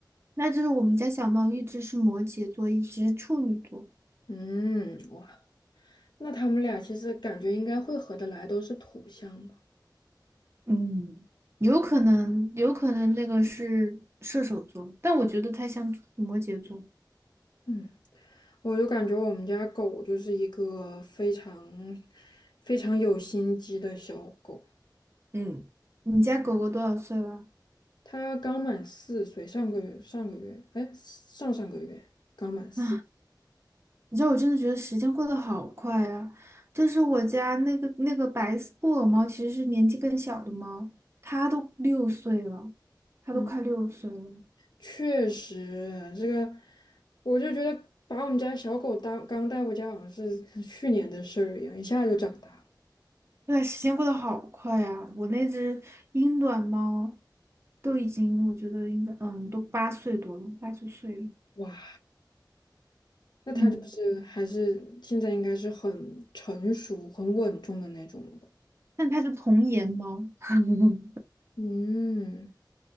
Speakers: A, on the right; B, on the left.
A: 那就是我们家小猫一只是摩羯座，一只是处女座。
B: 嗯，哇，那他们俩其实感觉应该会合得来，都是土象的。
A: 嗯，有可能，有可能那个是射手座，但我觉得它像摩羯座。
B: 嗯，我就感觉我们家狗就是一个非常非常有心机的小狗。
A: 嗯，你家狗狗多少岁了？
B: 他刚满四岁，上个月上个月，哎，上上个月刚满四。
A: <laughs> 啊，你知道我真的觉得时间过得好快啊！就是我家那个那个白色布偶猫，其实是年纪更小的猫，它都六岁了，它都快六岁了。
B: 嗯，确实，这个我就觉得把我们家小狗当刚带回家，好像是去年的事儿一样，一下就长大了。
A: 对啊，时间过得好快啊！我那只英短猫都已经，我觉得应该，嗯，都八岁多了，八九岁了。
B: 哇，那它就是还是现在应该是很成熟、
A: 嗯。
B: 很稳重的那种了吧？
A: 但它是童颜猫。<laughs>
B: 嗯，